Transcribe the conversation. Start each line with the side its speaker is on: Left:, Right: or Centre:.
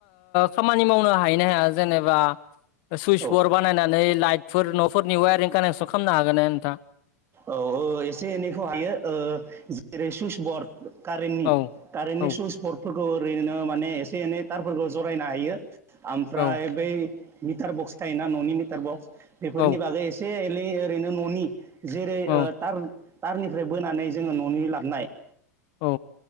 Left: खामानि मावनो हा हायोना हाया जेनेबा सुइ
Right: औ
Left: बर बानायनानै लाइ फोर न'फोरनि वायेरिं कानेक्सन खालामनो हागोना हाया नोंथांआ?
Right: औ एसे एनैखौ हायो ओ जेरै सुइस बरड कारेन्टनि
Left: औ
Right: कारेन्टनि
Left: औ
Right: सुइस बरर्डफोरखौ ओरैनो माने एसे एनै थारफोरखौ जरायनो हायो ओमफ्राय
Left: औ
Right: बै मिटार बक्स थायोना न'नि मिटार बक्स बेफोरनि
Left: औ
Right: बागै एसे एलै ओरैनो न'नि जेरै
Left: औ
Right: ओ थार थारनिफ्राय बोनानै जोङो न'नि लाबनाय
Left: औ